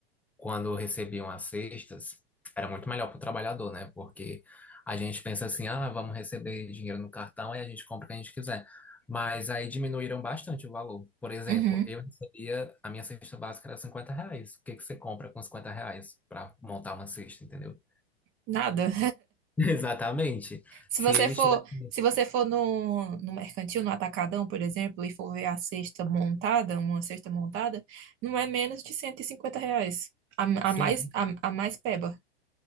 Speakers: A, in the centre; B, on the right.
A: quando recebiam as cestas, era muito melhor para o trabalhador, né? Porque a gente pensa assim, ah, vamos receber dinheiro no cartão e a gente compra o que a gente quiser. Mas aí diminuíram bastante o valor. Por exemplo,
B: Uhum,
A: eu recebia, a minha cesta básica era 50 reais. O que que você compra com 50 reais para montar uma cesta, entendeu?
B: nada.
A: <laughs> Exatamente.
B: Se
A: Se
B: você
A: eles
B: for,
A: tivessem.
B: se você for no, no mercantil, no Atacadão, por exemplo, e for ver a cesta montada, uma cesta montada, não é menos de 150 reais. A,
A: Sim,
B: a mais, a, a mais peba.